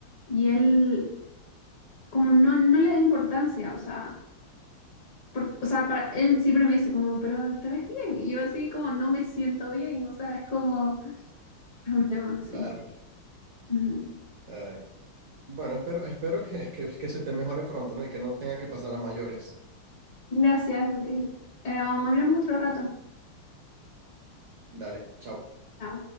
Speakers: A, on the left; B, on the right.
A: y él como no, no le da importancia. O sea, por- o sea, para él siempre me dice como, pero te ves bien. Y yo así como no me siento bien. O sea, es como, es un tema así.
B: Claro, claro.
A: Ujú.
B: Ay. Bueno, espero, espero que, que, que se te mejore pronto, ¿no? Y que no tenga que pasar a mayores.
A: Gracias, ok. Eh, um, hablamos otro rato.
B: Dale, chao.
A: Chao.